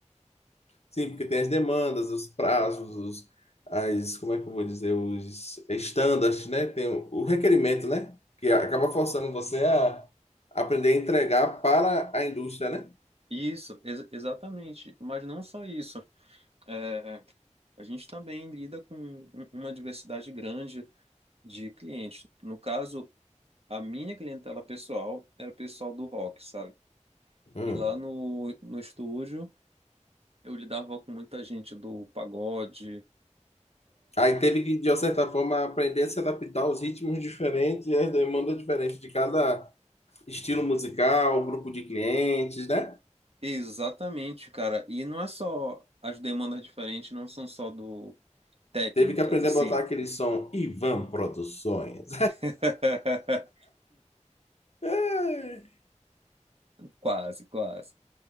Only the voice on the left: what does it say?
Sim, porque tem as demandas, os prazos, os, as, como é que eu vou dizer, os standards, né? Tem o, o requerimento, né? Que acaba forçando você a aprender a entregar para a indústria, né?
Hum.
Aí teve que, de uma certa forma, aprender a se adaptar aos ritmos diferentes e às demandas diferentes de cada estilo musical, grupo de clientes, né?
Teve que aprender
a botar aquele som Ivan Produções.
<laughs>